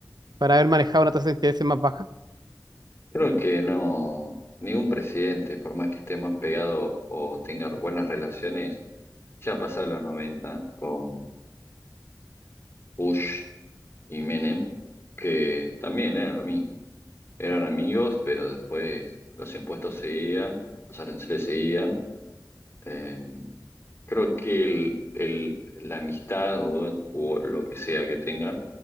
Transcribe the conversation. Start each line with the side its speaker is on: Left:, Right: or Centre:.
Right: para haber manejado una tasa de interés más baja?
Left: Creo que no, ningún presidente, por más que esté más pegado o tenga buenas relaciones, ya pasaron los 90 con Bush y Menem, que también era lo mismo. Eran amigos, pero después los impuestos seguían los aranceles seguían Eh, creo que el, el- la amistad o, o lo que sea que tengan